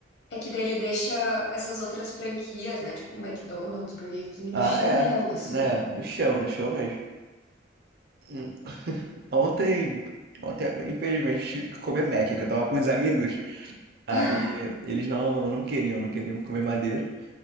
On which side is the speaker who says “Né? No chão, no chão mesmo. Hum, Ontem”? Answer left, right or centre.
Right